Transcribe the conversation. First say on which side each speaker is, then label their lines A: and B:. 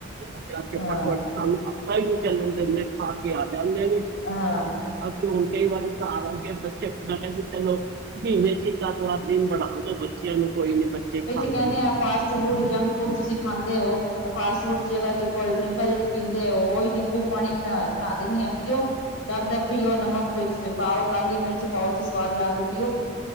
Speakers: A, on the right; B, on the left.
A: ਫਟਫਟ
B: ਹਾਂ
A: <unintelligible> ਤਾਈ ਨੂੰ ਚੱਲਣ ਦਿੰਦੇ ਖਾ ਕੇ ਆ ਚੱਲਦੇ ਜੀ
B: ਹਾਂ
A: ਅਸੀਂ ਹੁਣ ਕਈ ਵਾਰੀ ਘਰ ਆ ਗਏ ਬੱਚੇ ਮੈਂ ਕਹਿੰਦੀ ਚਲੋ ਮਹੀਨੇ ਚ ਹੀ ਇਕ ਆਦ ਦਿਨ ਬਣਾ ਦੋ। ਬੱਚਿਆਂ ਨੂੰ ਕੋਈ ਨੀ ਬੱਚੇ
B: ਕਹਿੰਦੇ
A: ਲੈਣ
B: ਆ ਫਾਸਟ ਫੂਡ ਜੰਕ ਫੂਡ ਤੁਸੀਂ ਖਾਂਦੇ ਹੋ ਫਾਸਟ ਫੂਡ ਦੀ ਜਗ੍ਹਾ ਕੋਲਡ ਡਰਿੰਕਾਂ ਜਿਹੜੀ ਪੀਂਦੇ ਹੋ ਉਹਹੀ ਨਿੰਬੂ ਪਾਣੀ ਬਣਾ ਦਿੰਦੀ ਹ ਪੀਓ ਦੱਬ ਦਬ ਪੀਓ ਨਮਕ ਪਾਓ ਕਾਲੀ ਮਿਰਚ ਪਾਓ ਤੇ ਸਵਾਦ ਲਾ ਕੇ ਪੀਓ